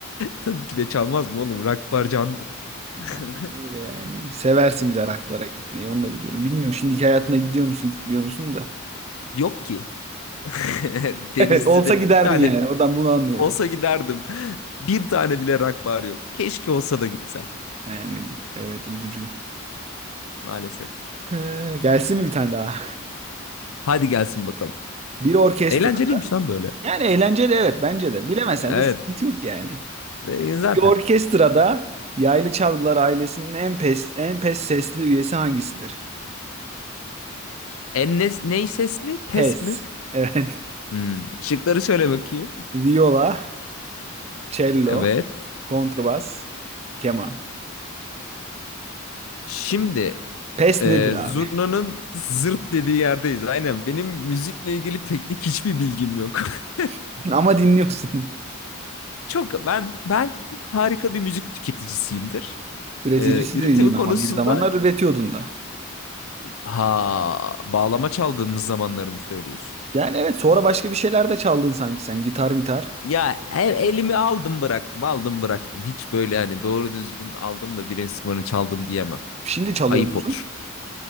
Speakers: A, on the left; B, on the right.
A: Tabii ki de çalmaz mı oğlum? Rock barcandır. <laughs>
B: Aynen öyle yani. Seversin bir de rock'lara gitmeyi. Onu da biliyorum. Bilmiyorum şimdiki hayatına gidiyor musun, gitmiyor musun da. <laughs>
A: Yok ki. <laughs> Denizli'de
B: Evet, olsa giderdin
A: bir tane
B: yani. Oradan bunu anlıyorum.
A: Olsa giderdim. Bir tane bile rock bar yok. Keşke olsa da gitsem
B: Yani evet üzücü.
A: maalesef.
B: Ee, gelsin mi bir tane daha?
A: Hadi gelsin bakalım.
B: Bir orkestrada.
A: Eğlenceliymiş lan böyle.
B: Yani eğlenceli evet bence de. Bilemesen
A: Evet
B: de sıkıntı yok yani.
A: e, zaten.
B: Bir orkestrada yaylı çalgılar ailesinin en pes en pes sesli üyesi hangisidir?
A: En ne, ney sesli? Pes
B: Pes.
A: mi?
B: Evet.
A: Hmm. Şıkları şöyle bakayım.
B: <laughs> Viola, cello,
A: Evet.
B: kontrbas, keman.
A: Şimdi
B: Pes
A: e,
B: nedir abi?
A: zurnanın zırt dediği yerdeyiz. Aynen. Benim müzikle ilgili teknik hiçbir bilgim yok. <laughs>
B: <laughs> Ama dinliyorsun.
A: Çok ben ben harika bir müzik tüketicisiyimdir.
B: Üreticisi
A: E, üretimi
B: dediğin ama
A: konusunda
B: bir zamanlar üretiyordun da.
A: Ha, bağlama çaldığımız zamanları mı söylüyorsun?
B: Yani evet sonra başka bir şeyler de çaldın sanki sen. Gitar, gitar.
A: Ya e- elimi aldım bıraktım aldım bıraktım. Hiç böyle hani doğru düzgün aldım da bir enstrümanı çaldım diyemem.
B: Şimdi çalıyor
A: Ayıp
B: musun?
A: olur.